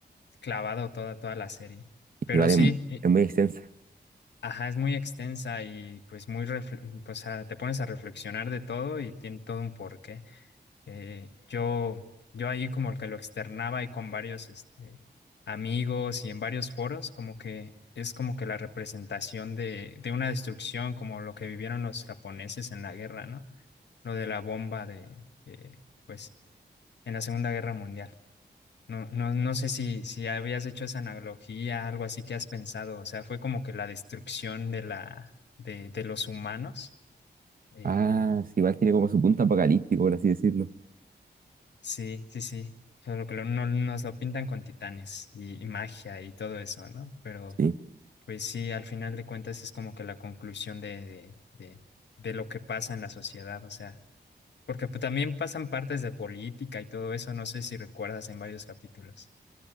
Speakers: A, on the left; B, on the right.
A: clavado toda, toda la serie. Pero
B: Igual
A: sí.
B: es, es muy extensa.
A: Ajá, es muy extensa y pues muy, refle- o sea, te pones a reflexionar de todo y tiene todo un porqué. Eh, yo, yo ahí como que lo externaba y con varios este, amigos y en varios foros, como que es como que la representación de, de una destrucción, como lo que vivieron los japoneses en la guerra, ¿no? Lo de la bomba de, eh, pues, en la Segunda Guerra Mundial. No, no, no sé si, si habías hecho esa analogía, algo así que has pensado. O sea, fue como que la destrucción de la, de, de los humanos. Eh,
B: Ah, sí, igual tiene como su punto apocalíptico, por así decirlo.
A: sí, sí, sí. Solo que lo- no, nos lo pintan con titanes y, y magia y todo eso, ¿no? Pero
B: Sí,
A: pues sí, al final de cuentas es como que la conclusión de, de, de, de lo que pasa en la sociedad. O sea, porque pues, también pasan partes de política y todo eso, no sé si recuerdas en varios capítulos.